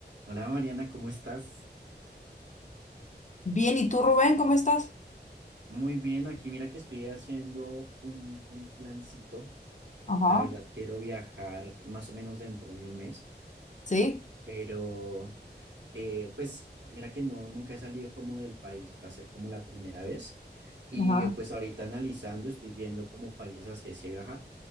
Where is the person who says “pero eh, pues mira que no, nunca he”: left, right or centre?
Right